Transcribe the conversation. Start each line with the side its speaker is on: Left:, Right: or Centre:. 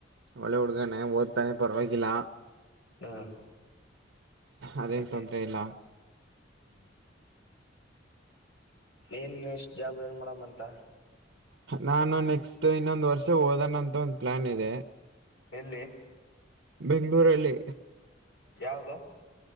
Right: ಒಳ್ಳೆ ಹುಡ್ಗಾನೆ ಓದತಾನೆ ಪರವಾಗಿಲ್ಲ.
Left: ಹ್ಮ್,
Right: ಅದೇನು
Left: ಆಯ್ತಾಯ್ತು
Right: ತೊಂದ್ರರೆ ಇಲ್ಲಾ.
Left: ಹ್ಮ್- ಏನ್ ಎಷ್ಟ್ ಜಾಬ್ ಏನ್ ಮಾಡಮಂತ.
Right: ನಾನು ನೆಕ್ಸ್ಟ್ ಇನ್ನೊಂದ್ ವರ್ಷ ಓದನಂತ ಒಂದ್ ಪ್ಲಾನ್ ಇದೆ.
Left: ಎಲ್ಲಿ.
Right: ಬೆಂ್ಗಳೂರಲ್ಲಿ.
Left: ಯಾವುದು.